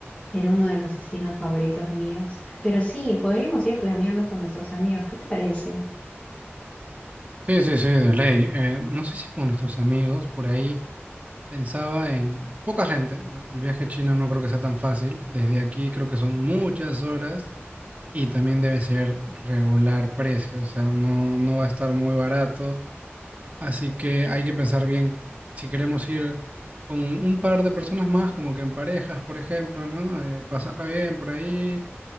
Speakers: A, on the left (about 30°); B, on the right (about 30°).
A: Era uno de los destinos favoritos míos. Pero sí, podríamos ir planeando con nuestros amigos. ¿Qué te parece?
B: Sí, sí, sí, de ley. Eh, no sé si con nuestros amigos por ahí. Pensaba en poca gente, ¿no? El viaje a China no creo que sea tan fácil. Desde aquí creo que son muchas horas y también debe ser regular precio, o sea, no, no va a estar muy barato. Así que hay que pensar bien si queremos ir con un par de personas más, como que en parejas, por ejemplo, ¿no? Eh, pasarla bien por ahí,